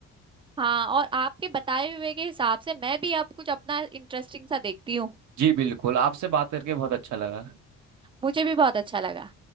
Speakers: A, on the right; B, on the right.
A: हाँ और आपके बताए हुए के हिसाब से मैं भी अब कुछ अपना इंटरेस्टिंग सा देखती हूँ
B: जी बिल्कुल आपसे बात करके बहुत अच्छा लगा
A: मुझे भी बहुत अच्छा लगा